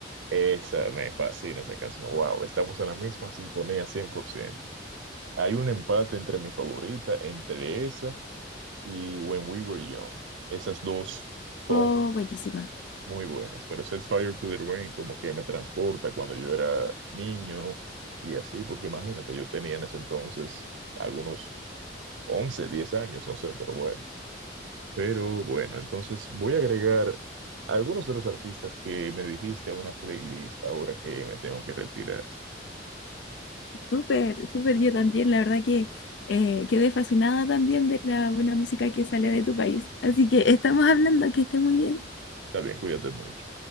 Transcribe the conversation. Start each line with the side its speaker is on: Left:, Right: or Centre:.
Right: esa me fascina esa canción. Wow, estamos en la misma sintonía 100%. Hay un empate entre mi favorita, entre esa y When We Were Young. Esas dos son
Left: Oh, buenísima.
Right: muy buenas, pero Set Fire to the Rain como que me transporta cuando yo era niño y así, porque imagínate, yo tenía en ese entonces algunos 11, 10 años, no sé, pero bueno. Pero bueno, entonces voy a agregar algunos de los artistas que me dijiste a una playlist ahora que me tengo que retirar.
Left: Súper, súper yo también. La verdad que eh, quedé fascinada también de la buena música que sale de tu país. Así que estamos hablando, que estés muy bien.
Right: Está bien, cuídate mucho.